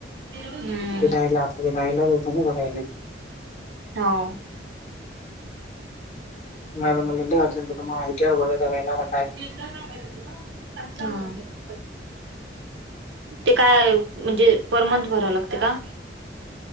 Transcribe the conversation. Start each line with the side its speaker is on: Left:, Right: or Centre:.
Right: हम्म.
Left: फिरायला आता वीरायला. <unintelligible>
Right: हो
Left: नाही रे मला लय अर्जेट होतं माय आय टी आर बघायचं राहिला रा
Right: हा. ते काय म्हणजे पर मंथ भराव लागते का?